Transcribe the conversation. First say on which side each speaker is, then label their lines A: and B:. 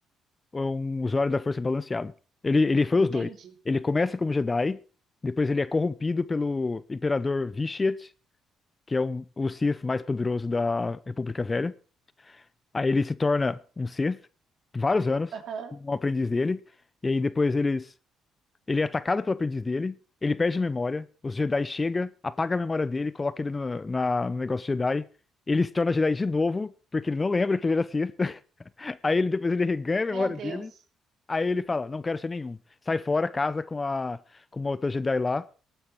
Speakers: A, on the left; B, on the right.
A: um usuário da força balanceado. Ele, ele foi
B: entendi.
A: os dois. Ele começa como Jedi, depois ele é corrompido pelo Imperador Vitiate, que é um, o Sith mais poderoso da República Velha. Aí ele se torna um Sith, vários anos,
B: Aham,
A: um aprendiz dele. E aí depois eles ele é atacado pelo aprendiz dele, ele perde a memória, os Jedi chega, apaga a memória dele, coloca ele no, na- no negócio Jedi, ele se torna Jedi de novo, porque ele não lembra que ele era Sith. <laughs> Aí ele depois ele reganha a
B: meu
A: memória
B: Deus,
A: dele, aí ele fala, não quero ser nenhum. Sai fora, casa com a com uma outra Jedi lá.